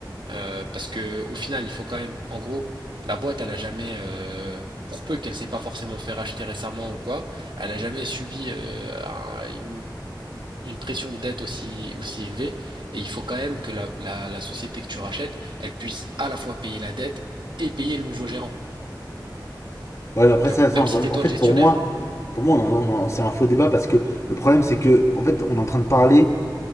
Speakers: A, on the right; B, on the left.
A: Euh, parce que au final, il faut quand même, en gros, la boîte, elle a jamais, euh, pour peu qu'elle s'est pas forcément fait racheter récemment ou quoi, elle a jamais subi euh, un- une, une pression de dette aussi aussi élevée. Et il faut quand même que la, la la société que tu rachètes, elle puisse à la fois payer la dette et payer le nouveau gérant,
B: Ouais, mais après,
A: tu vois.
B: ça, ça
A: Même
B: encore
A: si c'est
B: une fois.
A: toi
B: En fait,
A: le gestionnaire.
B: pour moi, pour moi on en- on c'est un faux débat parce que le problème, c'est que, en fait, on est en train de parler